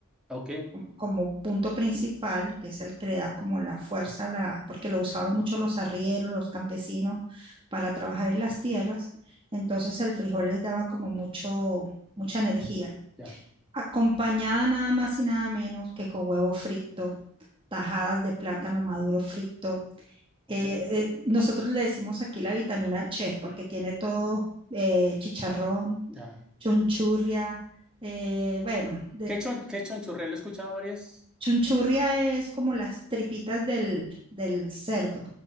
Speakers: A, in the centre; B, on the right.
A: Ok,
B: como punto principal, que es el que le da como la fuerza, a la, porque lo usaban mucho los arrieros, los campesinos, para trabajar en las tierras. Entonces el frijol les daba como mucho, mucha energía.
A: ya,
B: Acompañada nada más y nada menos que con huevo frito, tajadas de plátano maduro frito.
A: ok,
B: Eh, eh, nosotros le decimos aquí la vitamina Che porque tiene todo eh, chicharrón,
A: ya.
B: chunchurria, eh, bueno, de,
A: Quechua, quechua en churrel, he escuchado varias.
B: chunchurria es como las tripitas del, del cerdo